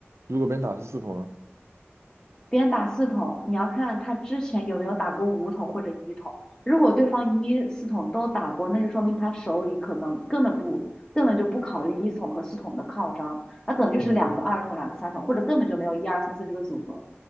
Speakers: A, on the right; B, on the left.
A: 如果别人打的是四筒呢？
B: 别人打四筒，你要看他之前有没有打过五筒或者一筒。如果对方一四筒都打过，那就说明他手里可能根本不根本就不考虑一筒和四筒的靠张，他可能就是两个二筒、
A: 嗯
B: 两个三筒，或者根本就没有一二三四这个组合。